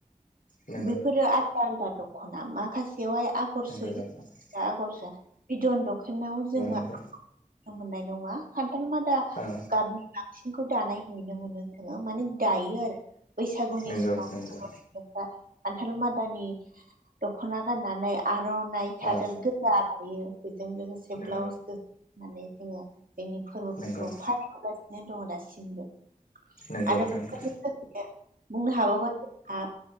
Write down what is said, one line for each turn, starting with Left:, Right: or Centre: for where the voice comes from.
Left: नंगौ
Right: बेफोरो आलदा आलदा दख'ना माखासेयावहाय गर
Left: नंगौ
Right: सोयो आगरआ बिदन दखनाव जोंहा
Left: नंगौ
Right: नुनो मोननाय नङा खान्थाल मा दा
Left: औ
Right: गाबनि बांसिनखौ दानाय नुनो मोनो जोङो माने दायो आरो बैसागुनि
Left: नंगौ
Right: समाव
Left: नंगौ
Right: दा खान्थाल मादानि दख'ना गाननानै आर'नाइ सादोर
Left: औ
Right: न लायो बेजों लोगोसे
Left: नंगौ
Right: ब्लाउस होननानै जोङो जोंनि फोरबोफोरखौ
Left: नंगौ नंगौ
Right: फालिबोगासिनो दङ दासिमबो।
Left: नंगौ
Right: आरो बुंनो
Left: नंगौ
Right: हागोबा जोंहा